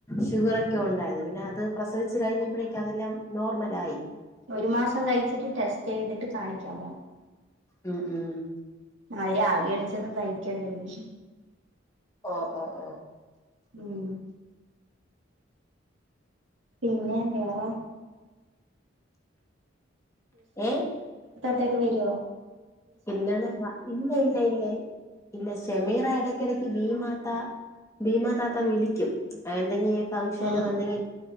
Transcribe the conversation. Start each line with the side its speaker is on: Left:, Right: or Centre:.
Left: ഷുഗറൊക്കെ ഉണ്ടായിന്. പിന്നെ അത് പ്രസവിച്ചു കഴിഞ്ഞപ്പോഴേക്ക് അതെല്ലാം നോർമലായി.
Right: ഒരു മാസം കഴിച്ചിട്ട് ടെസ്റ്റ് ചെയ്തിട്ട് കാണിക്കാൻ പറഞ്ഞു.
Left: ഉം. ഉം.
Right: അത് രാവിലെ എണിച്ച് കഴിക്കണ്ടേ.. ഇസ്
Left: ഓ. ഓ. ഓ.
Right: ഉം പിന്നെ വേറെ.
Left: ഏയ്
Right: ഒറ്റക്ക് വരോ.
Left: ഇല്ലണ വ ഇല്ല ഇല്ല ഇല്ല. ഇല്ല ഷമീറ എടക്കെടക്ക് ബീ മാത ഭീമാ താത്ത വിളിക്കും എന്തെങ്കി ഫംഗ്ഷനോ
Right: ആഹ്
Left: എന്തെങ്കിസും
Right: ഉം